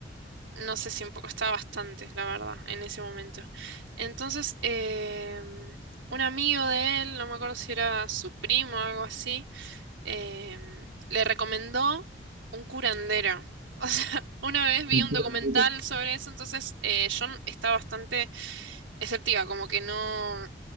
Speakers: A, on the right; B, on the right.
A: no sé si un poco estaba bastante, la verdad, en ese momento. Entonces, em, un amigo de él, no me acuerdo si era su primo o algo así, em, le recomendó un curandero. O sea, <laughs> una vez vi
B: Cintura
A: un documental
B: del Duero.
A: sobre eso, entonces eh, yo n- estaba bastante escéptica, como que no,